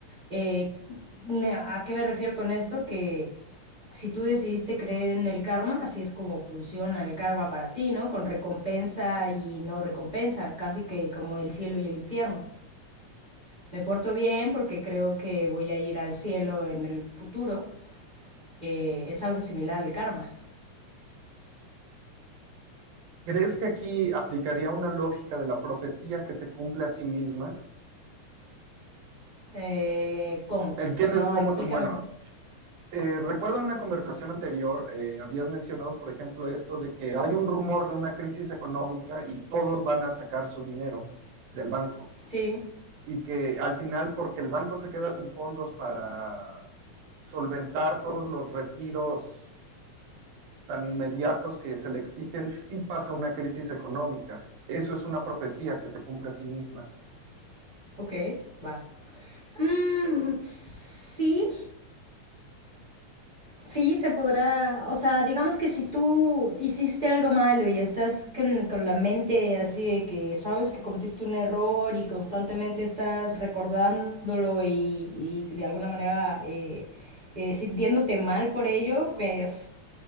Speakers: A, on the right (about 50°); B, on the right (about 75°).
A: Eh, ne- ¿A qué me refiero con esto? Que si tú decidiste creer en el karma, así es como funciona el karma para ti, ¿no? Con recompensa y no recompensa, casi que como el cielo y el infierno. Me porto bien porque creo que voy a ir al cielo en el futuro eh, es algo similar al karma.
B: ¿Crees que aquí aplicaría una lógica de la profecía que se cumple a sí misma?
A: Eh, ¿cómo?
B: ¿Entiendes
A: No,
B: cómo?
A: explícame
B: Bueno,
A: más.
B: eh, recuerdo en una conversación anterior, eh, habías mencionado, por ejemplo, esto de que hay un rumor de una crisis económica y todos van a sacar su dinero del banco
A: Sí,
B: y que al final, porque el banco se queda sin fondos para solventar todos los retiros tan inmediatos que se le exigen si pasa una crisis económica. Eso es una profecía que se cumple a sí misma.
A: ok, va. Mm, sí, sí, se podrá, o sea, digamos que si tú hiciste algo malo y estás con, con la mente así de que sabes que cometiste un error y constantemente estás recordándolo y, y de alguna manera eh, eh, sintiéndote mal por ello, pues